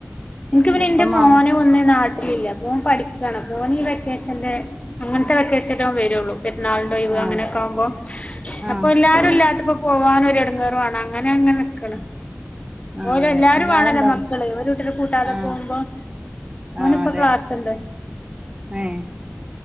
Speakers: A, on the left; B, on the right.
A: ഇൻക്ക് പിന്നെ
B: ഇപ്പ
A: ഇന്റെ
B: മഴ
A: മോന് മ്മ നാട്ടിലില്ല ഓൻ പഠിക്കാണ് ഓനീ വെക്കേഷൻല്ലെ അങ്ങനത്തെ വെക്കേഷനിലെ വേറൊള്ളൂ പെരുന്നാളിന്റെ ഒഴിവ്
B: ആഹ്
A: അങ്ങനെയൊക്കാവുമ്പോ
B: ആഹ്
A: അപ്പൊ എല്ലാരും ഇല്ലാത്തപ്പോ പോവാനൊരു ഇടങ്ങേറുണ് അങ്ങനെ അങ്ങനെ നിക്കണ്
B: ആഹ്
A: ഓര്
B: അതെ
A: എല്ലാരും ആണല്ലോ
B: ഉണ്ടാവും
A: മക്കള് ഒരു കൂട്ടരെ കൂട്ടാതെ
B: ആഹ്
A: പോകുമ്പോ ഓനിപ്പ
B: ആഹ് അതെ
A: ക്ലാസ്ണ്ട്
B: ഏഹ്